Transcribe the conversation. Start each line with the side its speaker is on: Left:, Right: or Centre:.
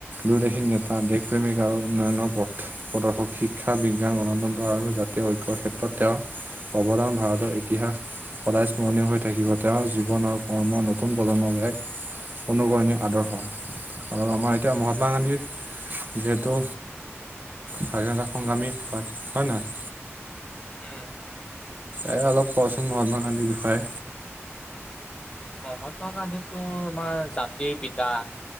Right: দূৰদেশী নেত- তা দেশপ্ৰেমিক আৰু উন্নয়নৰ পথ। প্ৰদৰ্শক। শিক্ষা বিজ্ঞান গণতন্ত্ৰ আৰু জাতীয় ঐক্যৰ ক্ষেত্ৰত তেওঁৰ- অৱদান ভাৰতৰ ইতিহাস। সদায় স্মৰণীয় হৈ থাকিব, তেওঁৰ জীৱন আৰু কৰ্ম নতুন প্ৰজন্মৰ এক অনুকৰণীৰ আদৰ্শ আৰু আমাৰ এতিয়া মহাত্মা গান্ধীৰ যিহেতু স্বাধীনতা সংগ্ৰামী হয়, হয় নে নহয়?
Left: উম।
Right: এ অলপ কচোন মহাত্মা গান্ধীৰ বিষয়ে।
Left: মহাত্মা গান্ধীটো আমাৰ জাতিৰ পিতা।